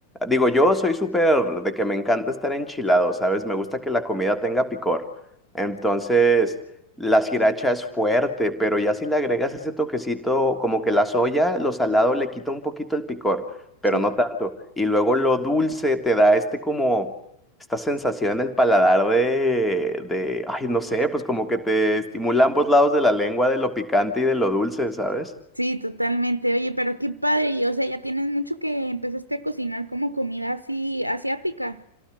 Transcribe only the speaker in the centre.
digo, yo soy súper de que me encanta estar enchilado, ¿sabes? Me gusta que la comida tenga picor. Entonces, la sriracha es fuerte, pero ya si le agregas ese toquecito, como que la soya, lo salado le quita un poquito el picor, pero
no tanto. Y luego lo dulce te da este como, esta sensación en el paladar de, de, ay, no sé, pues como que te estimula ambos lados de la lengua de lo picante y de lo dulce, ¿sabes?